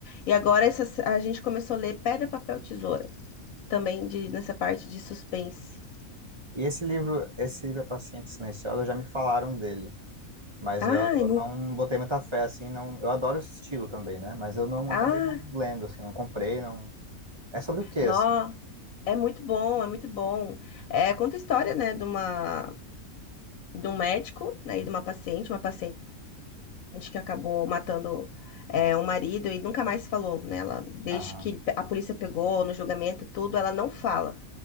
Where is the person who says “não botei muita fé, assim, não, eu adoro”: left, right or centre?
Right